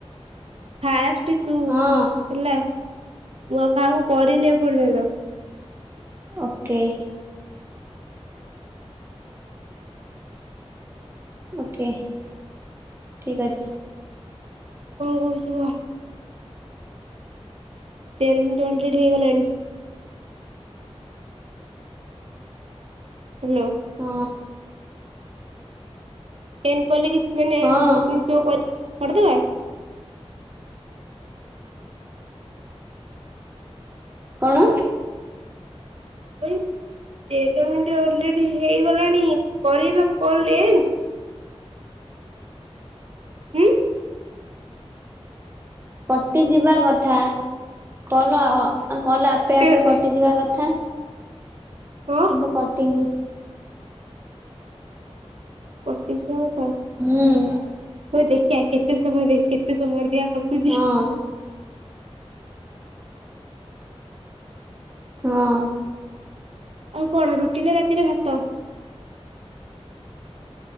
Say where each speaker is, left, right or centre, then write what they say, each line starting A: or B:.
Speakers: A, on the right (about 70°); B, on the right (about 20°).
A: <unintelligible> ତୁ ତୁ ହେଲା।
B: ହଁ
A: ମୁଁ ଆଉ କାହାକୁ କରିନି ଏପର୍ଯ୍ୟନ୍ତ।
B: ଓକେ। ଓକେ। <inaudible> ଠିକ୍ ଅଛି।
A: ହୋଉ କୁହ। ଟେନ ମିନଟ ଅଲରେଡି ହେଇଗଲାଣି। ହ୍ୟାଲୋ
B: ହୁଁ।
A: ଟେନ କହିଲେକି
B: ହଁ
A: <unintelligible> ପଡ଼ିଦେବେ।
B: କଣ?
A: ତେର ମିନିଟ ଅଲରେଡି ହେଇଗଲାଣି କରିବା କଲ ଏଣ୍ଡେ। ହୁଁ।
B: ପଟିଯିବା କଥା କଲ ଅ ଅ ଆଉ କହିଲ ଆପେ
A: ଟେରେ
B: ଆପେ କଟିଯିବା କଥା।
A: ହଁ
B: କିନ୍ତୁ କଟିିନି।
A: କଟି ଯିବା କ ହଁ
B: ହୁଁ
A: ମୁଁ ଦେଖିଆ କେତେ ସମୟରେ କେତେ ସମୟରେ ଦିଆ ଅପଦିନି
B: ହଁ
A: <inaudible>
B: ହଁ।
A: ଆଉ କଣ ରୁଟି ନା ରାତିରେ ଭାତ?